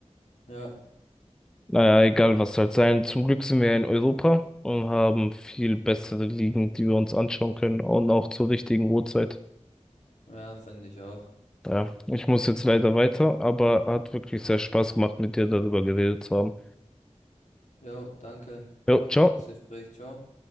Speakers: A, on the left; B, in the centre.
A: Ja,
B: Naja, egal was halt sein. Zum Glück sind wir ja in Europa und haben viel bessere Ligen, die wir uns anschauen können und auch zur richtigen Uhrzeit.
A: ja, finde ich auch.
B: Ja, ich muss jetzt leider weiter, aber hat wirklich sehr Spaß gemacht, mit dir darüber geredet zu haben.
A: Jo, danke
B: Jo, ciao.
A: für das Gespräch. Ciao.